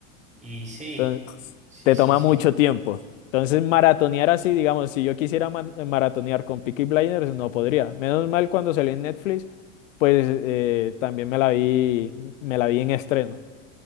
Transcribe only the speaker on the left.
Entonces,
te
toma
mucho tiempo. Entonces, maratonear así, digamos, si yo quisiera ma- maratonear con Peaky Blinders, no podría. Menos mal cuando salió en Netflix, pues eh, también me la vi, me la vi en estreno,